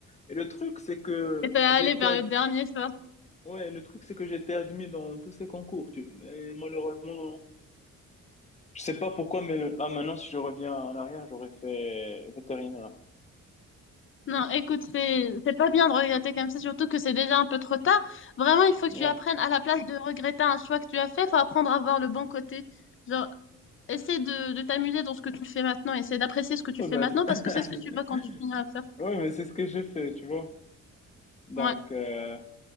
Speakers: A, on the left (about 20°); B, on the left (about 40°).
A: Et le truc, c'est que
B: Et t'es allé
A: j'étais,
B: vers
A: ad-
B: le dernier soir.
A: ouais, le truc, c'est que j'étais admis dans tous ces concours. Tu... Et malheureusement, je sais pas pourquoi, mais là maintenant, si je reviens en arrière, j'aurais fait vétérinaire.
B: Non, écoute, c'est c'est pas bien de regretter comme ça, surtout que c'est déjà un peu trop tard. Vraiment, il faut que
A: Ouais.
B: tu apprennes à la place de regretter un choix que tu as fait, faut apprendre à voir le bon côté. Genre, essaie de, de t'amuser dans ce que tu fais maintenant, essaie d'apprécier ce que tu
A: Ouais,
B: fais
A: ben,
B: maintenant
A: c'est-
B: parce
A: <laughs>
B: que c'est ce que tu vas continuer à faire.
A: ouais, mais c'est ce que j'ai fait, tu vois. Donc,
B: Ouais,
A: euh,